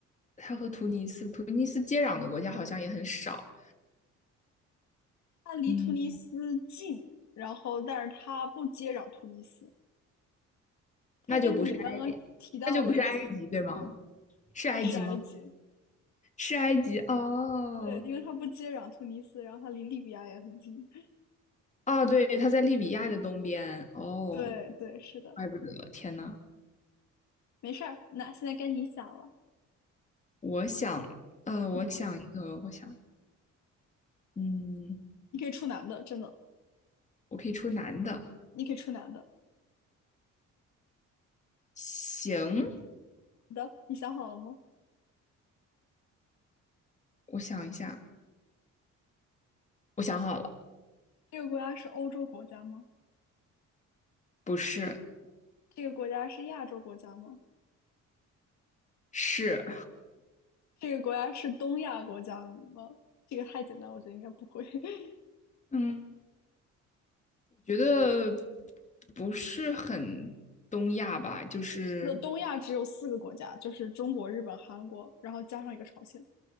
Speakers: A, on the left (about 25°); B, on the left (about 70°).
A: 它和突尼斯，突尼斯接壤的国家好像也很少。
B: 它离突尼斯近，
A: 嗯，
B: 然后但是它不接壤突尼斯，它跟你刚刚提到的几，
A: 那就不是埃，那就不是埃及，对吗？是埃及吗？
B: 它是埃及，
A: 是埃及哦
B: 对，因为它不接壤突尼斯，然后它离利比亚也很近，
A: 哦，对，它在利比亚的东边哦，
B: 对对，是的，
A: 怪不得，天呐，
B: 没事儿，那现在该你想了，
A: 我想，呃，我想一个，
B: 嗯，
A: 我想，嗯，
B: 你可以出男的，真的，
A: 我可以出男的，
B: 你可以出男的。
A: 行，
B: 好的，你想好了吗？
A: 我想一下，我想好了，
B: 这个国家是欧洲国家吗？
A: 不是，
B: 这个国家是亚洲国家吗？
A: 是，
B: 这个国家是东亚国家吗？这个太简单，我觉得应该不会。<laughs>
A: 嗯，我觉得不是很东亚吧，就是
B: 那东亚只有四个国家，就是中国、日本、韩国，然后加上一个朝鲜。